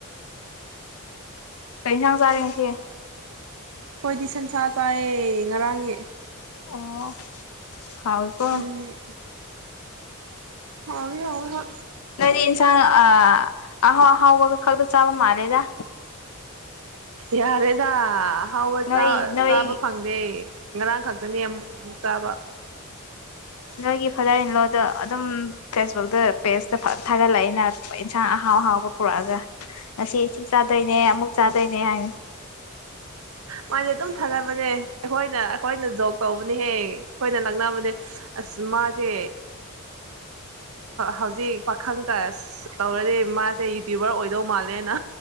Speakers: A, on the left; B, on the right.
A: ꯀꯩ ꯌꯦꯟꯁꯥꯡ ꯆꯥꯔꯤꯉꯁꯦ
B: ꯍꯣꯏꯗꯤ ꯁꯟꯁꯥ ꯇꯥꯏꯌꯦ ꯉꯔꯥꯡꯒꯤ
A: ꯑꯣ ꯍꯥꯎꯋꯦꯀꯣ
B: ꯎꯝ ꯍꯧꯢ ꯍꯧꯏ ꯍ
A: ꯅꯗꯤ ꯏꯟꯁꯥꯡ ꯑ ꯑꯍꯣ ꯍꯥꯎ ꯋꯥ ꯈꯔꯗ ꯆꯥꯕ ꯃꯥꯔꯦꯗ
B: ꯌꯥꯔꯦꯗꯥ ꯑꯍꯥꯎꯕ
A: ꯅꯣꯏ ꯅꯣꯏ
B: ꯆꯥꯕ ꯐꯪꯗꯦ ꯉꯔꯥꯡ ꯈꯛꯇꯅꯦ ꯑꯃꯨꯛ ꯎꯝ ꯆꯥꯕ
A: ꯅꯣꯏꯒꯤ ꯐꯥꯗꯔ ꯏꯜꯂꯣ ꯑꯗꯨꯝ ꯐꯦꯁ ꯄꯦꯁꯇ ꯊꯥꯒꯠꯂꯛ ꯑꯏꯅ ꯍꯣꯏ ꯏꯟꯁꯥꯡ ꯑꯍꯥꯎ ꯑꯍꯥꯎꯕ ꯄꯨꯔꯛꯑꯒ ꯉꯁꯤ ꯁꯤ ꯆꯥꯗꯣꯏꯅꯦ ꯑꯃꯨꯛ ꯆꯥꯗꯣꯏꯅꯦ ꯍꯥꯏꯅꯤ
B: ꯃꯥꯁꯦ ꯑꯗꯨꯝ ꯊꯥꯒꯠꯅꯕꯅꯦ ꯑꯩꯈꯣꯏꯅ ꯑꯩꯈꯣꯏꯅ ꯖꯣꯕ ꯇꯧꯕꯅꯦꯍꯦ ꯑꯩꯈꯣꯏꯅ ꯂꯛꯅꯕꯅꯦ ꯑꯁ ꯃꯥꯁꯦ ꯍꯧꯖꯤꯛ ꯄꯥꯈꯪꯒ ꯇꯧꯔꯗꯤ ꯃꯥꯁꯦ ꯌꯨꯇ꯭ꯌꯨꯕꯔ ꯑꯣꯏꯗꯧ ꯃꯥꯜꯂꯦꯅ